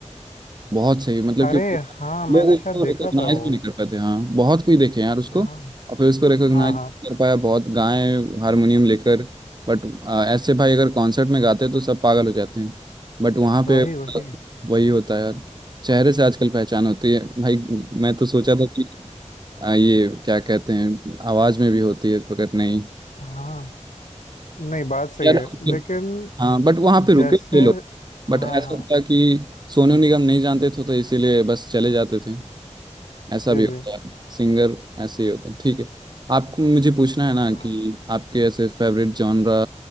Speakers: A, on the right (about 35°); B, on the left (about 90°).
A: बहुत सही मतलब
B: अरे
A: कि
B: हाँ
A: लोग
B: मैंने
A: उसको
B: शायद
A: रिकॉग्नाइज
B: देखा था वो
A: भी नहीं कर पाते हाँ बहुत कोई देखे यार उसको
B: हाँ
A: और फिर उसको रिकॉग्नाइज
B: हाँ हाँ
A: कर पाया बहुत गाए हारमोनियम लेकर बट ऐसे भाई अगर कॉन्सर्ट में गाते तो सब पागल हो जाते हैं बट वहाँ
B: वही
A: पे
B: वही
A: वही होता है यार चेहरे से आजकल पहचान होती है भाई मैं तो सोचा था कि आ, ये क्या कहते हैं आवाज में भी होती है मगर नहीं
B: हाँ नहीं बात सही
A: यार
B: है लेकिन
A: हाँ बट वहाँ पे रुके
B: जैसे
A: थे लोग
B: हाँ
A: बट ऐसा
B: हाँ
A: था कि सोनू निगम नहीं जानते थे तो इसीलिए बस चले जाते थे ऐसा
B: जी
A: भी होता
B: जी
A: है सिंगर ऐसे ही होता है ठीक है आपको मुझे पूछना है ना
B: हाँ
A: कि आपके ऐसे favourite genre